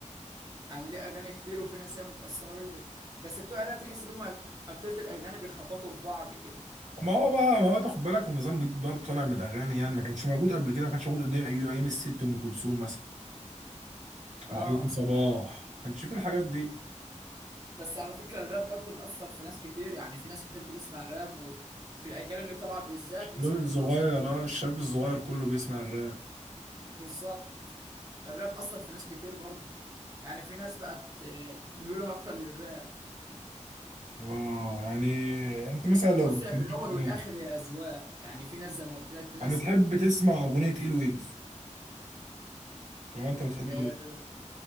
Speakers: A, on the right; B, on the right.
A: يعني ليه اغاني كتير وفي ناس هي متاثره بيه بس بتوع الراب تحس ان هم اكترية الاغاني بيخبطوا في بعض كده
B: ما هو بقى ما هو تاخد بالك النظام جديد برضه طالع من الاغاني يعني ما كانش موجود قبل كده ما كانش موجود قد ايه أيوة ايام الست ام كلثوم مثلا
A: اه
B: او ايام صباح ما كانش في الحاجات دي
A: بس على فكره الراب برضو مأثر في ناس كتير يعني في ناس كتير بتسمع راب وفي الاجيال اللي طالعه بالذات
B: الشباب
A: ناس كتير
B: الصغير
A: خالص بتسمع
B: اه
A: راب
B: الشاب الصغير كله بيسمع الراب
A: بالظبط الراب اثر في ناس كتير برضو يعني في ناس بقت آه، ميولها اكتر للراب
B: اه يعني انت مثلا لو
A: بص
B: بتحب-
A: هي في الاول والاخر هي اذواق يعني في ناس زي ما قلت لك في ناس
B: انا تحب تسمع اغنيه ايل ويجز طالما انت بتحبه
A: آه،